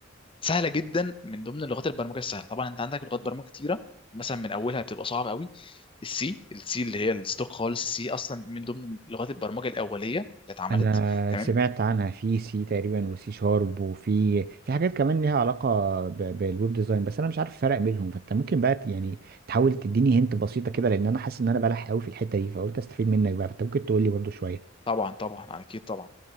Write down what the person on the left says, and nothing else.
سهله جدا من ضمن لغات البرمجه السهله طبعا انت عندك لغات برمجه كتيره مثلا من اولها بتبقى صعبه قوي السي السي اللي هي الستوك خالص السي اصلا من ضمن لغات البرمجه الاوليه اللي اتعملت
تمام
طبعا طبعا اكيد طبعا